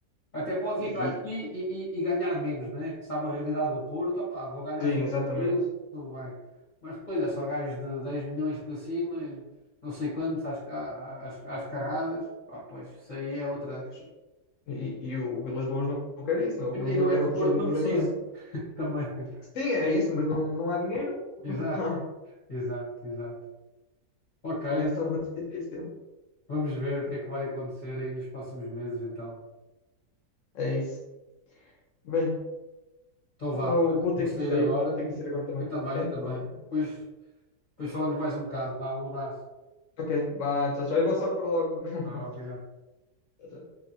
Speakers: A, on the left (about 35°); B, on the left (about 65°).
A: Até pode
B: E,
A: vir para aqui
B: e-
A: e, e- e ganhar menos, né? Sabe a realidade do Porto, opá, vou ganhar
B: sim,
A: só
B: exatamente.
A: aquilo, tudo bem. Mas depois é só gajos de 10 milhões para cima, e não sei quantos, às, ca- às, às carradas. Pá, pois, isso aí é outra.
B: Pois. E, e o Vilas Boas não não quer isso, não. O
A: E
B: Vilas
A: e não
B: Boas
A: é
B: quer
A: que
B: um
A: o
B: projeto
A: Porto
B: equilibrado.
A: não precise também. <laughs>
B: Sim, é isso, mas não, não há dinheiro. <laughs>
A: Exato, exato, exato. Ok,
B: Por isso torna-se difícil.
A: vamos ver o que é que vai acontecer aí nos próximos meses, então.
B: É isso. Bem.
A: Então vá,
B: Vou,
A: olha,
B: vou
A: vou
B: ter
A: sair
B: que sair.
A: agora.
B: Vou ter que sair agora também.
A: Eu também,
B: É?
A: eu
B: Pronto,
A: também.
B: então.
A: Depois, depois falamos mais um bocado. Vá, um abraço.
B: Ok, vá, tchau, tchau. E vou só por logo. <laughs>
A: Ah, obrigado.
B: Tchau, tchau.